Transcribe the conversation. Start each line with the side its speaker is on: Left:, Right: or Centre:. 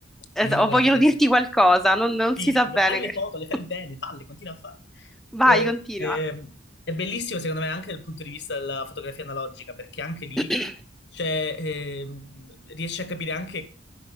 Centre: Es-
Left: E mi
Centre: o
Left: hanno regalato
Centre: vogliono
Left: questa
Centre: dirti qualcosa, non, non
Left: sì,
Centre: si sa
Left: tipo,
Centre: bene.
Left: fai le
Centre: che-
Left: foto, le fai
Centre: <laughs>
Left: bene, falle, continua a fare.
Centre: Vai,
Left: E-
Centre: continua.
Left: e- è bellissimo, secondo me, anche dal punto di vista della fotografia analogica, perché anche lì
Centre: <clears throat>
Left: c'è, ehm, riesci a capire anche,